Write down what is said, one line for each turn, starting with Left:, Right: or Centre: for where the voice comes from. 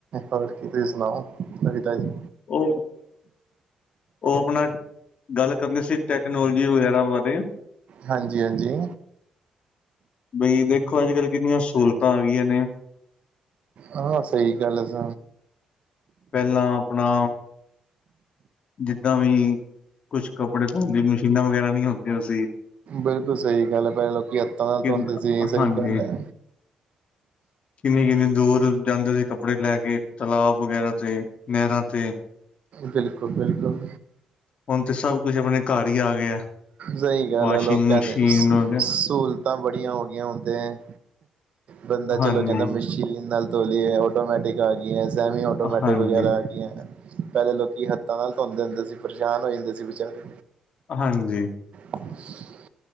Right: ਔਰ ਕੀ ਤੁਸੀ ਸੁਨਾਓ ਨਵੀ ਤਾਜੀ?
Left: ਓ ਓ ਆਪਣਾ ਗੱਲ ਕਰਨੀ ਸੀ ਟੈਕਨੋਲੋਜੀ ਵਗੈਰਾ ਬਾਰੇ।
Right: ਹਾਂਜੀ -ਹਾਂਜੀ
Left: ਬਈ ਦੇਖੋ, ਅੱਜ ਕੱਲ੍ਹ ਕਿੰਨੀਆਂ ਸੂਲਤਾਂ ਆਗੀਆਂ ਨੇ
Right: ਹਾਂ ਸਈ ਗੱਲ ਐ ਸ
Left: ਪੈਲਾਂ ਆਪਣਾ ਜਿੱਦਾਂ ਵਈਂ ਕੁਛ ਕੱਪੜੇ ਧੋਣ ਦੀ ਮਸ਼ੀਨਾਂ ਵਗੈਰਾ ਨਈ ਹੁੰਦੀਆਂ ਸੀ
Right: ਬਿਲਕੁਲ ਸਈ ਗੱਲ ਐ ਪੇਲ ਲੋਕੀ ਹੱਤਾਂ ਨਾਲ
Left: ਕਿ
Right: ਧੋਂਦੇ ਸੀ ਸਈ
Left: ਹਾਂਜੀ
Right: ਗੱਲ ਐ।
Left: ਕਿੰਨੀ -ਕਿੰਨੀ ਦੂਰ ਜਾਂਦੇ ਸੀ ਕੱਪੜੇ ਲੈ ਕੇ ਤਲਾਅ ਵਗੈਰਾ ਤੇ ਨੈਰਾਂ ਤੇ।
Right: ਬਿਲਕੁਲ-ਬਿਲਕੁਲ
Left: ਹੁਨ ਤੇ ਸਭ ਕੁਛ ਆਪਣੇ ਘਰ ਈ ਆ ਗਿਆ।
Right: ਸਈ ਗੱਲ
Left: ਵਾਸ਼ਿੰਗ
Right: ਐ ਲੋਕਾ
Left: ਮਸ਼ੀਨ
Right: ਦੇ ਸਹੂਲਤਾਂ
Left: ਵਗੈਰਾ।
Right: ਬੜੀਆਂ ਹੋ ਗਈਆਂ ਹੁਨ ਤੇ, ਬੰਦਾ ਚਲੋ
Left: ਹਾਂਜੀ
Right: ਕੈਂਦਾ ਮਸ਼ੀਨ ਨਾਲ ਧੋ ਲੀਏ ਆਟੋਮੈਟਿਕ ਆ ਗਈਆਂ, ਸੈਮੀ ਆਟੋਮੈਟਿਕ
Left: ਹਾਂਜੀ
Right: ਵਗੈਰਾ ਪੈਲੇ ਲੋਕੀ ਹੱਥਾਂ ਨਾਲ ਧੋਂਦੇ ਹੂੰਦੇ ਸੀ ਪਰੇਸ਼ਾਨ ਹੋ ਜਾਂਦੇ ਸੀ ਵਿਚਾਰੇ।
Left: ਹਾਂਜੀ।
Right: <inaudible>